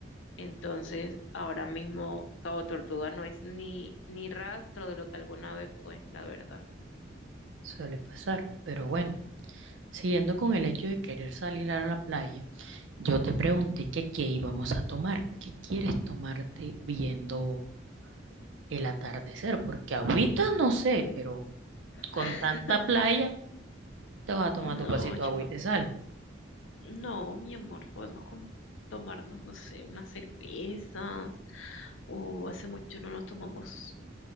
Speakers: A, on the left; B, on the right.
A: Entonces, ahora mismo Cabo Tortuga no es ni, ni rastro de lo que alguna vez fue, la verdad.
B: Suele pasar, pero bueno, siguiendo con el hecho de querer salir a la playa, yo te pregunté que qué íbamos a tomar, qué quieres tomarte viendo el atardecer, porque agüita no sé, pero
A: <laughs>
B: con tanta playa te vas a tomar
A: No,
B: tu pasito
A: yo,
B: de agüita y sal.
A: no, mi amor, podemos com- tomarnos, no sé, unas cervezas, o hace mucho no nos tomamos